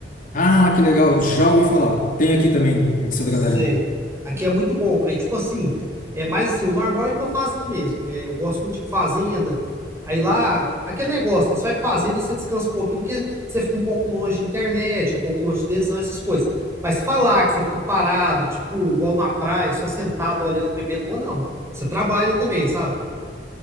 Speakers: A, on the left (about 50°); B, on the right (about 15°).
A: Ah, que legal, já ouvi falar. Tem aqui também, em Santa
B: Sei.
A: Catarina.
B: Aqui é muito bom. Aí, tipo assim, é mais assim, o normal é pra fazenda mesmo. É, eu gosto muito de fazenda. Aí lá, aquele negócio, né? Você vai pra fazenda, você descansa um pouquinho, porque você fica um pouco longe de internet, um pouco longe de televisão, essas coisas. Mas falar que você fica parado, tipo, igual na praia, só sentado, olhando, bebendo, ou não. Você trabalha também, sabe?